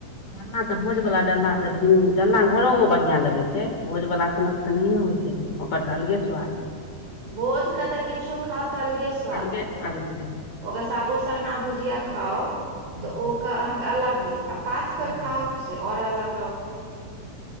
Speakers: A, on the left; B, on the right.
A: डालना तऽ भोज बला डालना तऽ लेकिन डालना घरोमे बढ़िआँ लगैत छै भोज बला सनक तऽ नहिए होइ छै ओकर त अलगे स्वाद
B: भोज क‌ तऽ किछो खाओ त अलगे स्वाद
A: अलगे स्वाद भऽ जाइ छै
B: ओक सागो सन्ना भुजिया
A: हँ
B: खाउ तऽ
A: हँ
B: ओ <unintelligible> क अहा के अलगे आ पात
A: अलगे
B: प
A: लागत
B: खाउ से आओर अलगाव